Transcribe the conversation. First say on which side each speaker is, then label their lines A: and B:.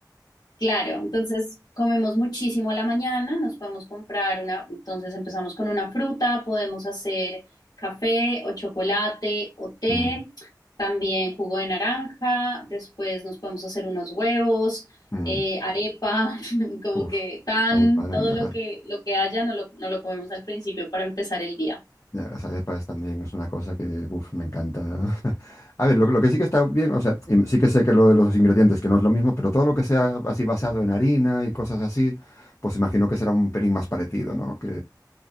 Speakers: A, on the left; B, on the left.
A: Claro, entonces comemos muchísimo a la mañana, nos podemos comprar una, entonces empezamos con una fruta, podemos hacer café o chocolate o té,
B: Mm,
A: también jugo de naranja, después nos podemos hacer unos huevos,
B: mm.
A: eh, arepa, <laughs> como
B: Uf,
A: que tan,
B: ay, madre
A: todo
B: mía,
A: lo
B: la-
A: que, lo que haya, no lo, no lo comemos al principio para empezar el día.
B: la- las arepas también es una cosa que, uf, me encanta. <laughs> A ver, lo, lo que sí que está bien, o sea, y sí que sé que lo de los ingredientes, que no es lo mismo, pero todo lo que sea así basado en harina y cosas así, pues imagino que será un pelín más parecido, ¿no? Que